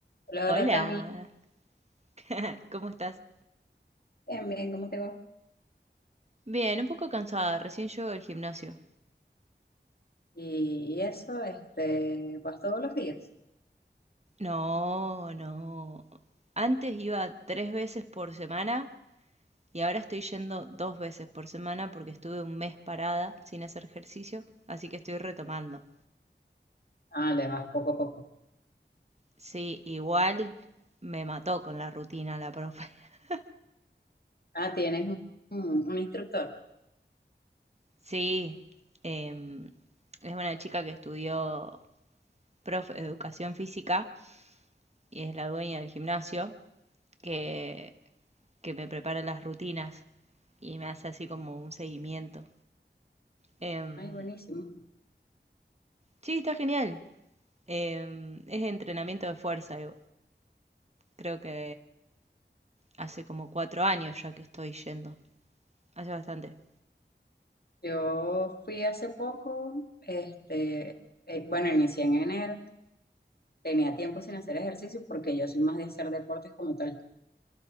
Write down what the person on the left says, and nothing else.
Hola,
hola Cami,
bien, bien, ¿cómo te va?
Y eso, este, ¿vas todos los días?
Ah, le vas poco a poco.
Ah, tienes un, un- un instructor.
Ay, buenísimo.
Yo fui hace poco, este, eh, bueno, inicié en enero, tenía tiempo sin hacer ejercicio porque yo soy más de hacer deportes como tal.